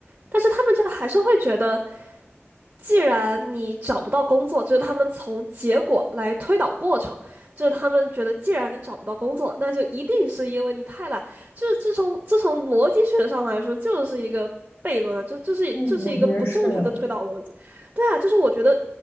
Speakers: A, on the right (about 35°); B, on the left (about 80°).
A: 但是他们真的还是会觉得。既然你找不到工作，就是他们从结果来推导过程，就是他们觉得既然你找不到工作，那就一定是因为你太懒。就是这从这从逻辑学上来说，就是一个悖论啊就就这是这是一个不正确的推导逻辑。
B: 嗯，我觉得是的。
A: 对啊，就是我觉得，